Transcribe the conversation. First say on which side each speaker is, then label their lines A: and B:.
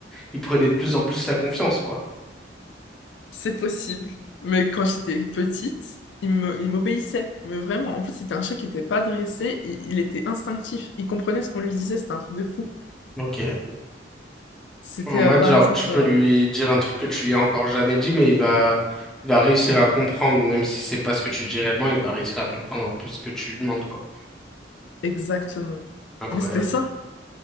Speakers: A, in the centre; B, on the left.
A: il prenait de plus en plus la confiance, quoi.
B: c'est possible. Mais quand j'étais petite, il me, il m'obéissait. Mais vraiment, en plus, c'était un chat qui n'était pas dressé. Il, il était instinctif. Il comprenait ce qu'on lui disait. C'était un truc de fou.
A: Ok.
B: C'était,
A: En mode
B: euh, par
A: genre
B: exemple,
A: tu peux
B: euh,
A: lui dire un truc que tu lui as encore jamais dit, mais il va il va réussir à comprendre, même si c'est pas ce que tu lui dis réellement, il va réussir à comprendre un peu ce que tu lui demandes, quoi.
B: exactement.
A: Incroyable.
B: Mais c'était ça.